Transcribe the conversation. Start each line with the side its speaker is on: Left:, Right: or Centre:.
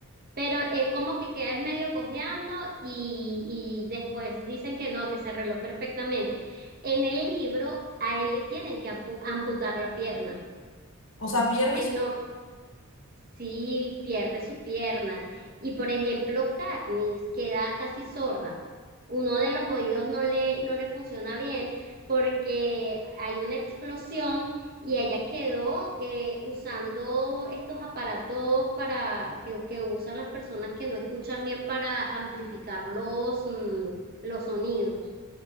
Right: pero él como que queda es medio cojeando y, y después dicen que no, que se arregló perfectamente. En el libro a él le tienen que ampu- amputar la pierna.
Left: O sea, pierdes.
Right: Él no, Sí, pierde su pierna. Y por ejemplo, Katniss queda casi sorda. Uno de los oídos no le, no le funciona bien porque hay una explosión y ella quedó eh, usando estos aparatos para que, que usan las personas que no escuchan bien para amplificar los, mm, los sonidos.